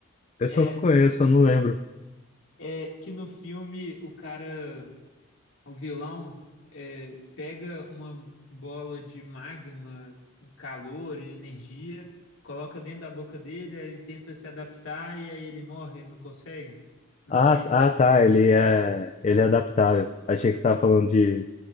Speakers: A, on the left; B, on the left.
A: Esse
B: É,
A: eu não conheço, eu não lembro.
B: é que no filme o cara O vilão é, pega uma bola de magma, calor e energia, coloca dentro da boca dele, aí ele tenta se adaptar e aí ele morre, ele não consegue. Não
A: Ah,
B: sei
A: ah, tá, ele é, ele é adaptável. Achei que você tava falando de